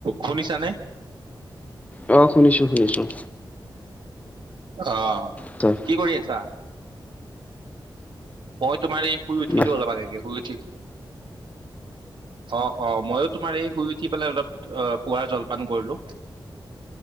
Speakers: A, on the right; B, on the left.
A: শুনিছানে?
B: অ, শুনিছোঁ- শুনিছোঁ।
A: অ।
B: ত'।
A: কি কৰি আছা? মই তোমাৰ এই শুই উঠিলোঁ।
B: না
A: অলপ আগে শুই উঠিলোঁ। অ- অ, মইও তোমাৰ এই শুই উঠি পেলাই অলপ অ, পুৱাৰ জলপান কৰিলোঁ।